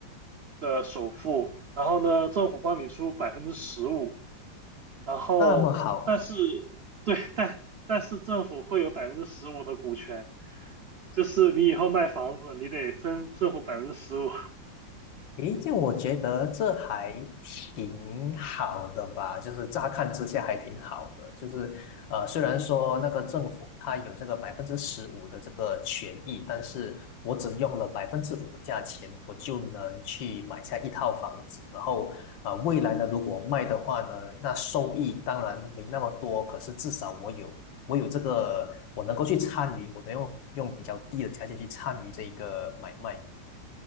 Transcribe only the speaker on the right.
的首付，然后呢，政府帮你出百分之十五，然后，
但是对，但但是政府会有百分之十五的股权，就是你以后卖房子，你得分政府百分之十五。